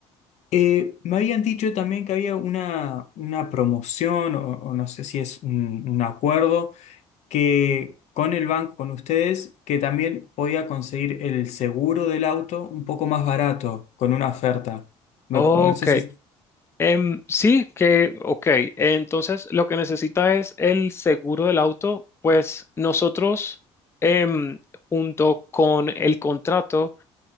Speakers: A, on the left; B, on the left.
A: Eh, me habían dicho también que había una, una promoción o, o no sé si es un, un acuerdo que con el banco, con ustedes, que también podía conseguir el seguro del auto un poco más barato con una oferta. Me-
B: Ok.
A: no sé si...
B: Em, sí, que, ok. Entonces, lo que necesita es el seguro del auto. Pues nosotros, em, junto con el contrato,